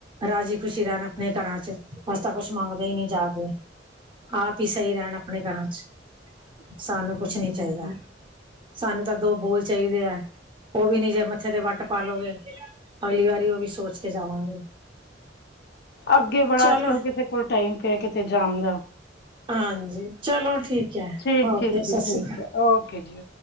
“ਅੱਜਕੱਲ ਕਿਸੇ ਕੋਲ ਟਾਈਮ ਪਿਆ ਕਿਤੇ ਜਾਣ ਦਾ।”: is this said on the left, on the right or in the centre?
Left